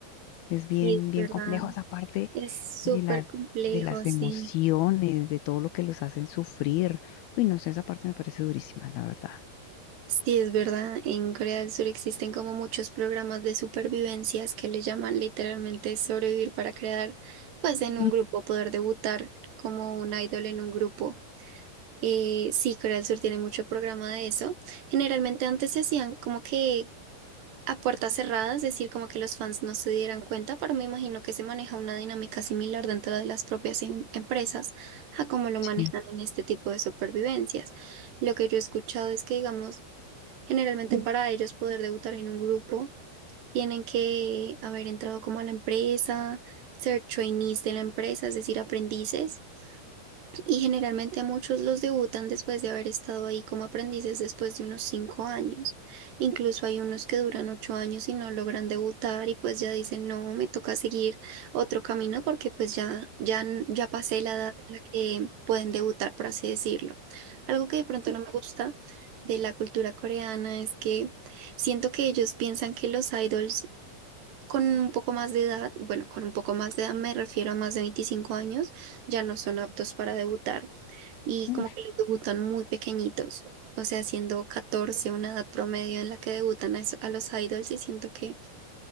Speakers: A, on the left; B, on the right.
A: Es bien,
B: Sí, es
A: bien
B: verdad.
A: complejo esa parte
B: Es súper
A: de las,
B: complejo,
A: de las
B: sí.
A: emociones, de todo lo que los hacen sufrir. Uy, no sé, esa parte me parece durísima, la verdad.
B: Sí, es verdad. En Corea del Sur existen como muchos programas de supervivencias que le llaman literalmente sobrevivir para crear, pues en un
A: Mm,
B: grupo, poder debutar como un idol en un grupo. Eh, sí, Corea del Sur tiene mucho programa de eso. Generalmente antes se hacían como que a puertas cerradas, es decir, como que los fans no se dieran cuenta, pero me imagino que se maneja una dinámica similar dentro de las propias em- empresas a cómo lo
A: Sí,
B: manejan en este tipo de supervivencias. Lo que yo he escuchado es que, digamos, generalmente para ellos poder debutar en un grupo, tienen que haber entrado como a la empresa, ser trainees de la empresa, es decir, aprendices. Y generalmente muchos los debutan después de haber estado ahí como aprendices después de unos cinco años. Incluso hay unos que duran ocho años y no logran debutar y pues ya dicen, no, me toca seguir otro camino porque pues ya, ya, n- ya pasé la edad en la que pueden debutar, por así decirlo. Algo que de pronto no me gusta de la cultura coreana es que siento que ellos piensan que los idols con un poco más de edad, bueno, con un poco más de edad me refiero a más de 25 años, ya no son aptos para debutar y
A: claro.
B: como que los debutan muy pequeñitos, o sea, siendo 14 una edad promedio en la que debutan a, eso- a los idols y siento que,